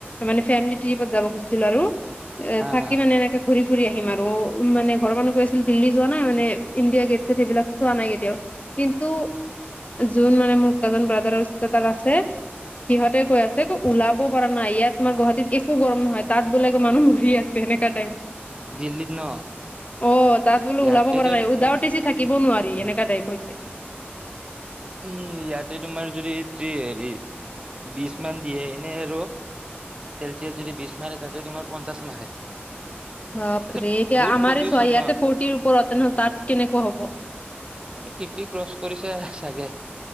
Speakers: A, on the left; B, on the right.
A: মানে ফেমিলি ট্ৰিপত যাব খুজিছিলো আৰু এ
B: হা
A: থাকি
B: হা
A: মানে এনেকে। ঘুৰি ফুৰি আহিম আৰু মানে ঘৰৰ মানুহ কৈ আছিল দিল্লী যোৱা নাই মানে ইণ্ডিয়া গেটছে সেইবিলাক চোৱা নাই কেতিয়াওঁ। কিন্তু যোন মানে মোৰ কাজ ব্ৰাদাৰ তাৰ আছে। সিহঁতে কৈ আছে ওলাব পাৰা নাই ইয়াত তোমাৰ গুৱাহাটীত একো গৰম নহয়। তাত বোলে মানুহ ভিৰ আছে সেনেকা টাইম।
B: দিল্লীত ন
A: অঁ তাত বোলো
B: ইয়াতেতো
A: ওলাব পৰা নাই
B: তোমাৰ
A: উ দাউটিছি থাইত। থাকিব নোৱাৰি এনেকা টাইপ হৈছে
B: উম ইয়াতে তোমাৰ যদি হেৰি বিশ মান দিয়ে এনেই আৰু চেলচিয়াছ যদি বিশ মাৰে তাতে তোমাৰ পঞ্চাশ মাৰে
A: বাপৰে
B: তাতে
A: এতিয়া
B: বহুত
A: আমাৰ
B: পলিউচন
A: চ ইয়াতে
B: ন
A: ফৰটিৰ ওপৰত নহলে তাত কেনেকুৱা হ'ব
B: ফিফটি ক্ৰচ কৰিছে চাগে